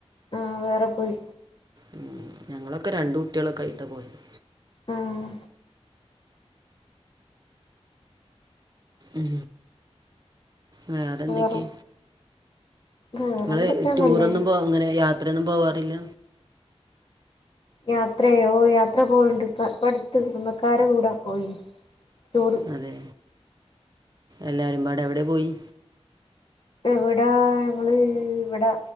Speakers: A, on the left; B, on the right.
A: ആഹ് വേറെ പോയി
B: ഉം ഞങ്ങളൊക്കെ രണ്ട് കുട്ടികളൊക്കെ ആയിട്ടാ പോയത്
A: ആഹ്
B: ഉം വേറെന്തെക്കെ
A: വേറെ വേറെന്തൊക്കെയാ
B: ഇങ്ങള് ടൂറൊന്നും
A: നല്ലന്നെ
B: പോ അങ്ങനെ യാത്രയൊന്നും പോവാറില്ല
A: യാത്രയോ ഓ യാത്ര പോയിണ്ട് ഇപ്പോ ഇപ്പടുത്ത് കുടുംബക്കാരെ കൂടെ പോയിന്ന് ടൂറ്
B: അതെ എല്ലാരും പാടെ എവിടെ പോയി
A: എവിടാ ഞങ്ങള് ഇവിടെ